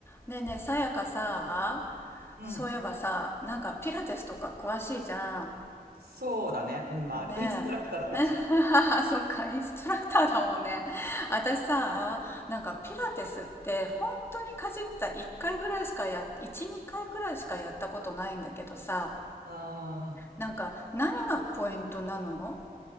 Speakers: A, on the left (about 15°); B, on the right (about 80°).
A: ねえねえ、さやかさ、
B: うん。
A: そういえばさ、なんかピラティスとか詳しいじゃん。
B: そうだね。うん、まあ、
A: ねえ。
B: <laughs> インストラクターだからち。
A: <laughs> そっか、インストラクターだもんね。私さ、なんかピラティスって本当にかじった1回ぐらいしかや、1、2回くらいしかやったことないんだけどさ、
B: ああ、
A: なんか何がポイントなの